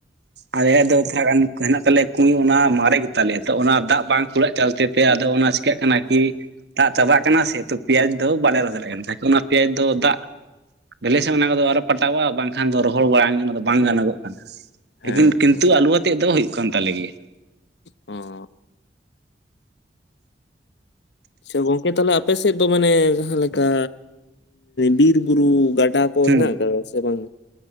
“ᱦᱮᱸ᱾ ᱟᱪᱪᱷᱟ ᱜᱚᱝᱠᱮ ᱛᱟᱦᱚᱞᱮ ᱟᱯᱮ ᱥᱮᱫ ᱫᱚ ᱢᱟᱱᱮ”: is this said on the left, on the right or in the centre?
Left